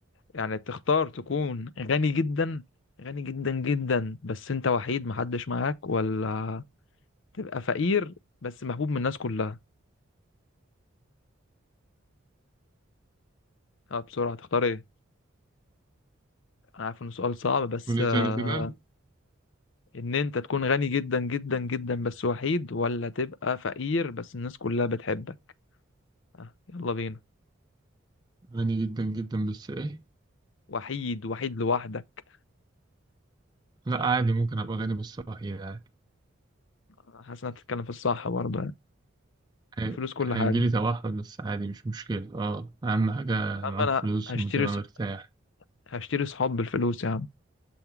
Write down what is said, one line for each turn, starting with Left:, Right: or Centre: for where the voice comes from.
Left: يعني تختار تكون غني جدا غني جدا جدا بس انت وحيد محدش معاك ولا تبقى فقير بس محبوب من الناس كلها اه بسرعة تختار ايه انا عارف انه سؤال صعب بس
Right: قولي
Left: آه،
Right: تاني كده
Left: ان انت تكون غني جدا جدا جدا بس وحيد ولا تبقى فقير بس الناس كلها بتحبك آه، يلا بينا
Right: غني جدا جدا بس ايه
Left: وحيد وحيد لوحدك
Right: لا عادي ممكن ابقى غني بس صحيح عادي
Left: آه، حاسس انك بتتكلم في الصح برضه يعني
Right: هي-
Left: الفلوس كل
Right: هيجيلي
Left: حاجة
Right: توحد بس عادي مش مشكلة اه اهم حاجة
Left: يا عم
Right: معاك
Left: انا
Right: فلوس
Left: هشتري
Right: وتبقى
Left: ص-
Right: مرتاح
Left: هشتري صحاب بالفلوس يا عم